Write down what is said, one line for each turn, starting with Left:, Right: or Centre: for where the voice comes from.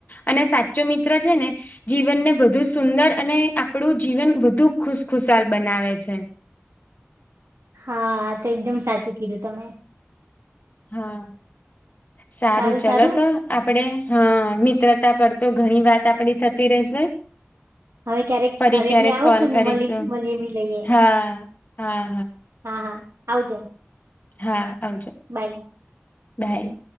Left: અને સાચો મિત્ર છેને. જીવનને વધુ સુંદર અને આપણું જીવન વધુ ખુશખુશાલ બનાવે છે.
Right: હાા તો એકદમ સાચું કીધુ તમે
Left: હા, સારુ
Right: સારું
Left: ચલો
Right: સારું
Left: તો આપડે હા મિત્રતા પર તો ઘણી વાત આપડી થતી રહેશે
Right: હવે ક્યારેક
Left: ફરી
Right: ઘરે
Left: ક્યારેક
Right: બી આવો
Left: કોલ
Right: તો
Left: કરીશું
Right: મળએ બી લઈએ
Left: હા હા
Right: હા હા આવાજો
Left: હા આવજ
Right: બાય
Left: બાય